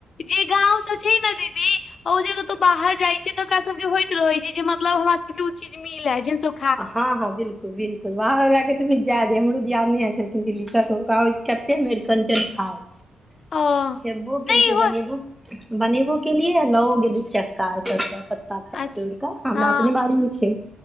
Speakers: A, on the left; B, in the centre.
A: जे गाँवसँ छै ने दीदी ओ जेकतो बाहर जाइ छै तऽ, ओकरा सबके के होइत रहे छै, जे मतलब हमरा सबके ओ चीज मिलै जिन सब
B: हँ - हँ बिलकुल - बिलकुल बाहर वाला के कि जाय दे हमरो दियादनी एल छलखिनि हे दिल्ली सँ हुनका होय कते कते हम अरिकंचन खाय
A: ओ
B: खेबो केलकै
A: नहि हो
B: बनेबो बनेबो के लिए लाओ गेली चक्का एता सा पत्ता तोड़िकऽ
A: अच्छ
B: हमरा
A: हँ
B: अपने बाड़ी में छै,